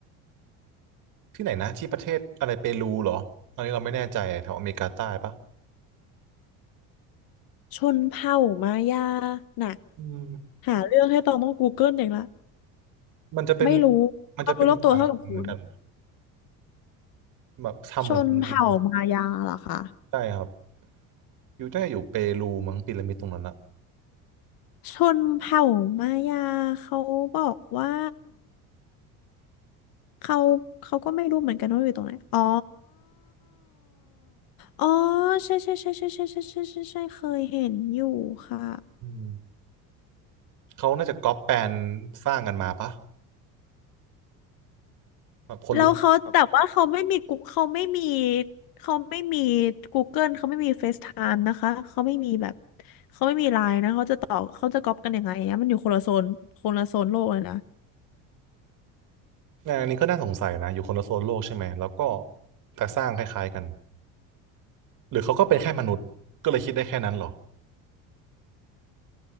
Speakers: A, on the right; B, on the left.
A: ที่ไหนนะที่ประเทศอะไรเปรูเหรออันนี้เราไม่แน่ใจแถวอเมริกาใต้ปะ
B: ชนเผ่ามายาน่ะ
A: อืม
B: หาเรื่องให้ตองต้อง Google เองละ
A: มันจะเป็น
B: ไม่รู้
A: มันจะเป็นต่างเหมือนกัน
B: ความรู้รอบตัวเท่ากับคุณ
A: แบบทำเหมือนพีระมิด
B: ชนเผ่ามายาเหรอคะ
A: ใช่ครับอยู่ได้อยู่เปรูมั้งพีระมิดตรงนั้นอะ
B: ชนเผ่ามายาเขาบอกว่าเขาเขาก็ไม่รู้เหมือนกันว่าอยู่ตรงไหนอ๋อ อ๋อ ใช่ใช่ใช่ใช่ใช่ใช่ใช่ใช่ใช่เคยเห็นอยู่ค่ะ
A: อืมเขาน่าจะก๊อปแปลนสร้างกันมาปะแบบคนรู้
B: แล้วเขาแต่ว่าเขาไม่มีกูเขาไม่มีเขาไม่มี Google เขาไม่มี FaceTime นะคะเขาไม่มีแบบเขาไม่มีไลน์นะเขาจะต่อเขาจะก๊อปกันยังไงอะมันอยู่คนละโซนคนละโซนโลกเลยนะ
A: งานอันนี้ก็น่าสงสัยนะอยู่คนละโซนโลกใช่ไหมแล้วก็แต่สร้างคล้ายๆกันหรือเขาก็เป็นแค่มนุษย์ก็เลยคิดได้แค่นั้นเหรอ